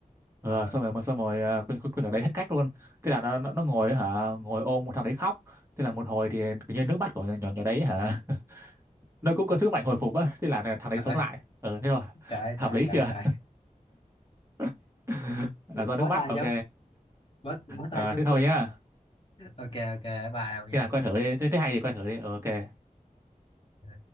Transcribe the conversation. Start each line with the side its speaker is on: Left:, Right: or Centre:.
Right: Ờ,
Left: ờ
Right: xong rồi mà xong rồi ờ, con, con, con nhỏ đấy hết cách luôn thế là nó nó, nó ngồi hả ngồi ôm một thằng đấy khóc thế là một hồi thì kiểu như nước mắt của nhỏ nhỏ đấy hả <laughs> nó cũng có sức mạnh hồi phục á thế là thằng đấy
Left: trời
Right: sống
Left: ơi
Right: lại ờ thế rồi
Left: trời ơi,
Right: hợp
Left: trời
Right: lý
Left: trời
Right: chưa
Left: trời
Right: <laughs> là do
Left: bó
Right: nước mắt
Left: tay
Right: ok
Left: chứ bó bó tay
Right: à,
Left: chống
Right: thế thôi
Left: cương
Right: nhá
Left: <laughs> ok ok bye ông nha
Right: khi nào coi thử đi thế, thế hay thì coi thử đi Ờ, ok
Left: Ờ.